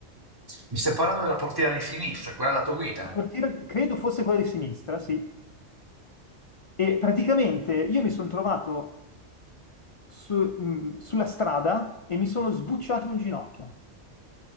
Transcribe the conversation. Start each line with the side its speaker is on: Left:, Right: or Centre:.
Right: Mi stai parlando della portiera di sinistra, quella della tua guida?
Left: La portiera credo fosse quella di sinistra, sì. E praticamente io mi sono trovato su- mh, sulla strada e mi sono sbucciato un ginocchio.